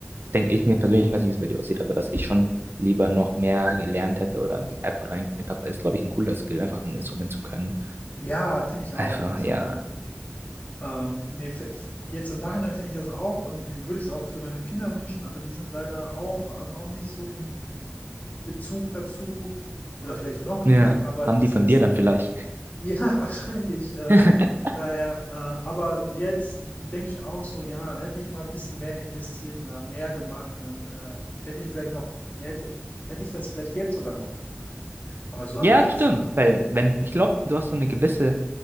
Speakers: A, on the right (about 55°); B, on the left (about 40°).
A: denke ich mir persönlich, ich weiß nicht, wie es bei dir aussieht, aber dass ich schon lieber noch mehr gelernt hätte oder mehr Effort reingesteckt habe, weil es, glaube ich, ein cooler Skill, einfach ein Instrument zu können.
B: Ja, finde ich
A: Einfach,
B: auch. Also,
A: ja.
B: ähm, nee, f- f- jetzt im Nachhinein finde ich das auch und ich würde es auch für meine Kinder wünschen, aber die sind leider auch, haben auch nicht so den Bezug dazu oder vielleicht noch
A: Ja.
B: nicht, aber
A: Haben
B: es
A: die von
B: ist
A: dir dann vielleicht?
B: <laughs> ja wahrscheinlich äh,
A: <laughs>
B: daher. Äh, aber jetzt denke ich auch so, ja, hätte ich mal ein bisschen mehr investiert oder mehr gemacht, dann äh, hätte ich vielleicht noch, hätte, hätte ich das vielleicht jetzt sogar noch gemacht. Aber so habe
A: Ja,
B: ich jetzt,
A: das stimmt.
B: also,
A: Weil, wenn, ich glaube, du hast so eine gewisse,